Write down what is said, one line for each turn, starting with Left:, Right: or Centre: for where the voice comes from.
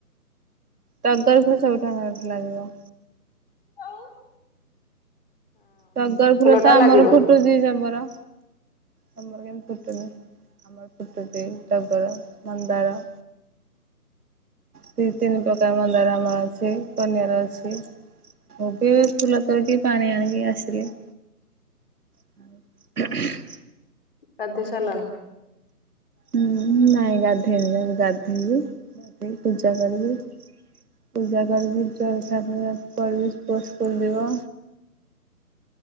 Right: ଟଗର ଫୁଲ ସବୁ ଠାକୁରଙ୍କ କତିରେ ଲାଗିବ।
Left: ଆଉ।
Right: ଟଗର ଫୁଲ ତ
Left: ଟା
Right: ଆମର
Left: ଲାଗିବ
Right: ଫୁଟୁଛି ଜବର। ତମର କେମିତି ଫୁଟୁନି ଆମର ଫୁଟୁଛି ଟଗର ମନ୍ଦାର। ଦି ତିନି ପ୍ରକାର ମନ୍ଦାର ଆମର ଅଛି କନିଅର ଅଛି। ମୁ ବି ଫୁଲ ତୋଳିକି ପାଣି ଆଣିକି ଆସିଲି। <unintelligible>
Left: ଗାଧେଇ ସାଇଲଣି?
Right: ହୁଁ, ନାଇଁ ଗାଧେଇନି ଯାଉଚି ଗାଧେଇବି ଗାଧେଇ ପୂଜା କରିବି। ପୂଜା କରିବି ଜଳଖିଆ ଫଳଖିଆ କରିବି ପୁଅ ସ୍କୁଲ ଯିବ।